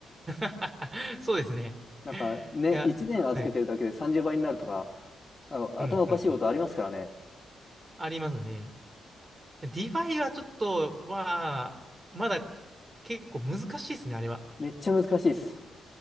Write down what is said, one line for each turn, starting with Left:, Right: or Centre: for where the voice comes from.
Right: <laughs> そうですね。
Left: なんかね、
Right: いや、
Left: 1年預けてるだけで30倍になるとか、
Right: はい。
Left: なんか頭おかしいことありますからね。
Right: うんうんうん。ありますね。ディファイはちょっと、は、まだ結構難しいですね、あれは。
Left: めっちゃ難しいです。